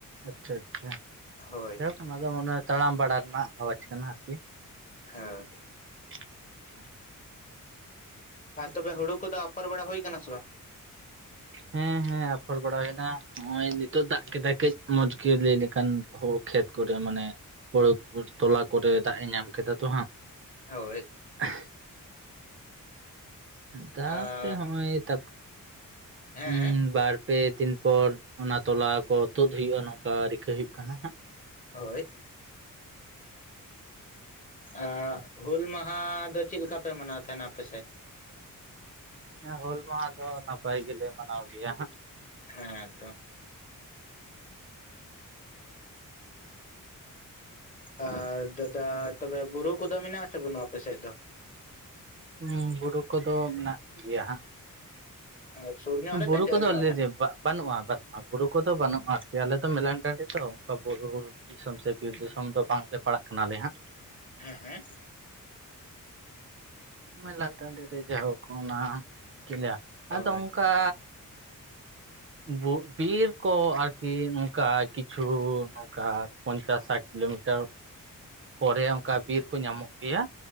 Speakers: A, on the right; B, on the left.
A: ᱟᱪᱪᱷᱟ ᱟᱪᱪᱷᱟ,
B: ᱦᱳᱭ
A: ᱡᱟᱭᱦᱳᱠ ᱚᱱᱟ ᱫᱚ ᱢᱚᱱᱮ ᱦᱚᱭ ᱛᱟᱲᱟᱢ ᱵᱟᱲᱟ ᱨᱮᱱᱟᱜ ᱟᱣᱟᱡᱽ ᱠᱟᱱᱟ ᱟᱨᱠᱤ᱾
B: ᱦᱮᱸ᱾
A: <inaudible>
B: ᱟᱨ ᱛᱚᱵᱮ ᱦᱩᱲᱩ ᱠᱚᱫᱚ ᱟᱯᱷᱚᱨ ᱵᱟᱲᱟ ᱦᱩᱭ ᱠᱟᱱᱟ ᱥᱮ ᱵᱟᱝ?
A: ᱦᱮᱸ ᱦᱮᱸ ᱟᱯᱷᱚᱨ ᱵᱟᱲᱟ ᱦᱩᱭᱱᱟ, ᱦᱚᱸᱜᱼᱚᱭ ᱱᱤᱛᱚᱜ ᱫᱟᱜᱽ ᱠᱮᱫᱟᱭ ᱠᱟᱹᱡ ᱢᱚᱸᱡᱽ ᱜᱮ ᱞᱟᱹᱭ ᱞᱮᱠᱷᱟᱱ ᱦᱳᱲᱳ ᱠᱷᱮᱛ ᱠᱚᱨᱮ ᱢᱟᱱᱮ ᱦᱳᱲᱳ ᱛᱚᱞᱟ ᱠᱚᱨᱮ ᱫᱟᱜᱽ ᱮ ᱧᱟᱢ ᱠᱮᱫᱟ ᱛᱚ ᱦᱟᱸᱜ᱾
B: ᱦᱳᱭ᱾
A: <inaudible> ᱛᱟᱯᱚᱨᱮ
B: ᱟᱸ
A: ᱦᱚᱸᱜᱼᱚᱭ ᱛᱟᱯ
B: ᱦᱮᱸ
A: ᱩᱸ
B: ᱦᱮᱸ
A: ᱵᱟᱨ ᱯᱮ ᱫᱤᱱ ᱯᱚᱨ ᱚᱱᱟ ᱛᱚᱞᱟ ᱠᱚ ᱛᱩᱫ ᱦᱩᱭᱩᱜᱼᱟ ᱱᱚᱝᱠᱟ ᱨᱤᱠᱟᱹ ᱦᱩᱭᱩᱜ ᱠᱟᱱᱟ ᱦᱟᱸᱜ᱾
B: ᱦᱳᱭ᱾ ᱟᱸ ᱦᱩᱞ ᱢᱟᱦᱟ ᱫᱚ ᱪᱮᱫ ᱞᱮᱠᱟ ᱯᱮ ᱢᱟᱱᱟᱣ ᱛᱟᱦᱮᱱᱟ ᱟᱯᱮ ᱥᱮᱫ?
A: ᱦᱮᱸ ᱦᱩᱞ ᱢᱟᱦᱟ ᱫᱚ ᱱᱟᱯᱟᱭ ᱜᱮᱞᱮ ᱢᱟᱱᱟᱣ ᱜᱮᱭᱟ ᱦᱟᱸᱜ᱾
B: ᱦᱮᱸ ᱛᱚ᱾ ᱟᱨ ᱫᱟᱫᱟ ᱛᱚᱵᱮ ᱵᱩᱨᱩ ᱠᱚᱫᱚ ᱢᱮᱱᱟᱜ-ᱟ ᱥᱮ ᱵᱟᱹᱱᱩᱜ ᱟᱯᱮ ᱥᱮᱫ ᱫᱚ?
A: ᱦᱩᱸ ᱵᱩᱨᱩ ᱠᱚᱫᱚ ᱢᱮᱱᱟᱜ ᱜᱮᱭᱟ ᱦᱟᱸᱜ᱾
B: ᱟᱨ ᱥᱩᱨ ᱧᱚᱜ
A: ᱩᱸ
B: ᱨᱮ
A: ᱵᱩᱨᱩ
B: ᱥᱮ ᱡᱷᱟᱹᱞ
A: ᱠᱚ ᱫᱚ
B: ᱧᱚᱜ
A: <unintelligible>
B: ᱨᱮ?
A: ᱵᱟᱹᱱᱩᱜᱼᱟ ᱵᱟ ᱟ ᱵᱩᱨᱩ ᱠᱚᱫᱚ ᱵᱟᱹᱱᱩᱜᱼᱟ ᱟᱨᱠᱤ ᱟᱞᱮᱫᱚ ᱢᱮᱞᱟᱱ ᱴᱟᱺᱰᱤ ᱛᱚ ᱚᱱᱠᱟ ᱵᱩᱨᱩ ᱫᱤᱥᱚᱢ ᱥᱮ ᱵᱤᱨ ᱫᱤᱥᱚᱢ ᱫᱚ ᱵᱟᱝᱞᱮ ᱯᱟᱲᱟᱜ ᱠᱟᱱᱟᱞᱮ ᱦᱟᱸᱜ᱾
B: ᱦᱮᱸ ᱦᱮᱸ᱾
A: ᱢᱮᱞᱟᱱ ᱴᱟᱺᱰᱤ ᱨᱮ ᱡᱟᱭᱦᱳᱠ ᱚᱱᱟ ᱪᱮᱫ ᱤᱧ ᱞᱮᱭᱟ
B: ᱦᱳᱭ
A: ᱟᱫᱚ ᱚᱝᱠᱟ ᱵᱩ ᱵᱤᱨ ᱠᱚ ᱟᱨᱠᱤ ᱱᱚᱝᱠᱟ ᱠᱤᱪᱷᱩ ᱠᱟ ᱯᱚᱧᱪᱟᱥ ᱥᱟᱴ ᱠᱤᱞᱳᱢᱤᱴᱟᱨ ᱯᱚᱨᱮ ᱚᱝᱠᱟ ᱵᱤᱨ ᱠᱚ ᱧᱟᱢᱚᱜ ᱜᱮᱭᱟ,